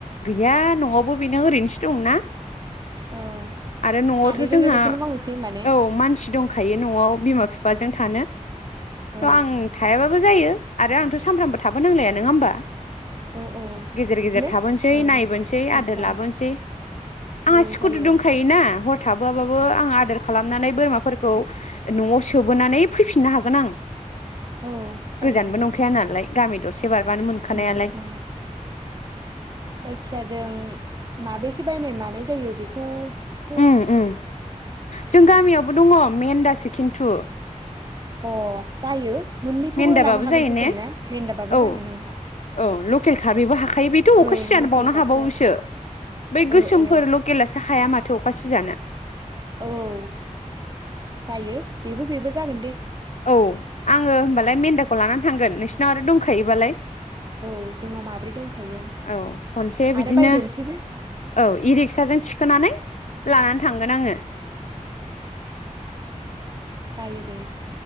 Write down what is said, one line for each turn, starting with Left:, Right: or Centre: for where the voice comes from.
Left: गैया नवावबो बेनो ओरैनोसो दंना
Right: औ
Left: आरो नवावथ
Right: सानैजोंनो
Left: जोंहा
Right: बेखौनो मावनोसै होमबा ने
Left: औ मानसि दंखायो नवाव। बिमा बिफाजों थानो।
Right: औ
Left: थ आं थायाबाबो जायो। आरो आंथ सामफ्रामबो थाबो नांलाया नङा होमबा?
Right: औ औ
Left: गेजेर
Right: बिदिनो
Left: गेजेर। थाबोनोसै
Right: ओं
Left: नायबोनोसै
Right: सम
Left: आदार
Right: सम
Left: लाबोनोसै आंहा
Right: औ
Left: स्कुटि
Right: जायो
Left: दंखायोना हर थाबोआबाबो आं आदार खालाम नानै बोरमाफोरखौ ओ नवाव सोबोनानै फैफिननो हागोन आं
Right: औ जायो
Left: गोजानबो नंखाया नालाय गामि दर एबारबानो मोनखानायालाय।
Right: उम उम जायखिया जों माबेसे बायनाय मानाय जायो बेखौ थ
Left: उम उम जों गामियावबो दङ मेेनदासो खिन्थु।
Right: अ जायो। मोननैखौबो
Left: मेन्दाबाबो
Right: लानो हागोनथ'
Left: जायो ने
Right: जों ना मेन्दाबाबो
Left: औ
Right: जागोन ओं
Left: औ लकेलखा बेबो हाखायो बेथ अखा
Right: ओं
Left: सिजा
Right: लकेलखासो
Left: बावनो हाबावोसो बै
Right: ओ
Left: गोसोमफोर
Right: ओ
Left: लकेेलासो हाया माथो अखा सिजानो।
Right: ओउ जायो। बेबो बेबो जागोन दे।
Left: औ आङो होमबालाय मेन्दाखौ लानानै थांगोन नोंसिनाव आरो दंखायोबालाय।
Right: औ जोंनाव माब्रै दंखायो
Left: ओउ खनसे
Right: आरो
Left: बिदिनो
Right: बायदेरनोसैबो
Left: औ इरिक्साजों थिखोनानै लानानै थांगोन आङो।
Right: जायो दे।